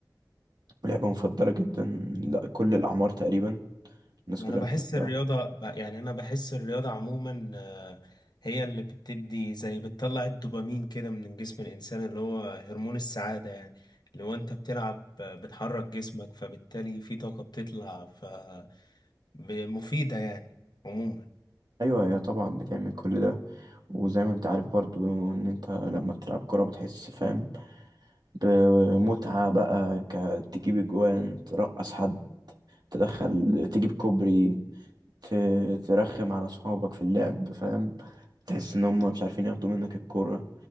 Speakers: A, on the right; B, on the left.
A: ولعبة مفضلة جدا لا كل الأعمار تقريبا الناس
B: ما
A: كلها
B: انا بحس
A: بتحبها
B: الرياضه ب- يعني انا بحس الرياضه عموما آه، هي اللي بتدي زي بتطلع الدوبامين كده من جسم الانسان اللي هو هرمون السعاده يعني اللي هو انت بتلعب آه، بتحرك جسمك فبالتالي في طاقه بتطلع ف ب- مفيده يعني عموما
A: أيوة هي طبعا بتعمل كل ده وزي ما انت عارف برضو ان انت لما بتلعب كرة بتحس فاهم بمتعة بقى ك- تجيب اجوان ترقص حد تدخل تجيب كوبري ت- ترخم على صحابك في اللعب فاهم تحس ان هم مش عارفين ياخدوا منك الكرة